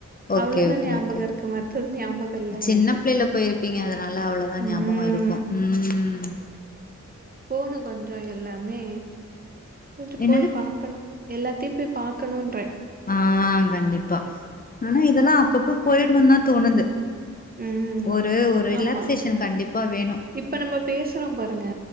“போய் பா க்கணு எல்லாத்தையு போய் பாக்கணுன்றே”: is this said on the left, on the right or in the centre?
Right